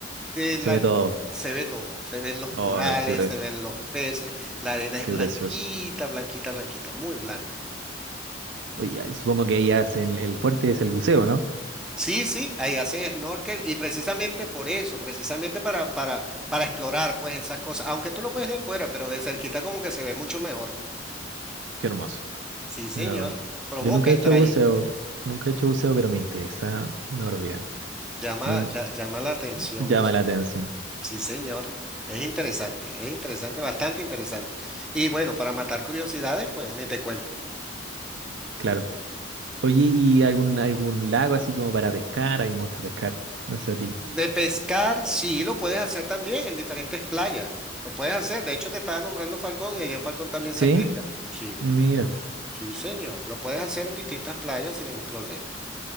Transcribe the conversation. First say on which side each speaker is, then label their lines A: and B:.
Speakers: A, in the centre; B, on the right.
A: de la...
B: se ve todo.
A: Se ve todo, se ven los
B: Oh,
A: corales,
B: qué, pre-
A: se ven los peces, la arena es
B: qué
A: blanquita,
B: precioso.
A: blanquita, blanquita, muy blanca.
B: Oye, ay, supongo que ahí hacen el fuerte es el buceo, ¿no?
A: Sí, sí, ahí haces snorkel y precisamente por eso, precisamente para, para, para explorar pues esas cosas, aunque tú lo ves de fuera, pero de cerquita como que se ve mucho mejor.
B: Qué hermoso,
A: Sí, señor,
B: de verdad.
A: provoca
B: Yo nunca he
A: estar
B: hecho
A: allí,
B: buceo, nunca he hecho buceo, pero me interesa una barbaridad.
A: llama,
B: Muy
A: ya- llama la atención
B: llama
A: eso.
B: la atención,
A: Sí, señor, es interesante, es interesante, bastante interesante. Y bueno, para matar curiosidades, pues ni te cuento.
B: claro. Oye, ¿y algún, algún lago así como para pescar? A mí me gusta pescar, no sé a ti.
A: De pescar, sí, lo puedes hacer también en diferentes playas, lo puedes hacer, de hecho te estaba nombrando Falcón y allá en Falcón también se
B: ¿Sí?
A: pesca, sí.
B: Mira,
A: Sí, señor. Lo puedes hacer en distintas playas sin ningún problema.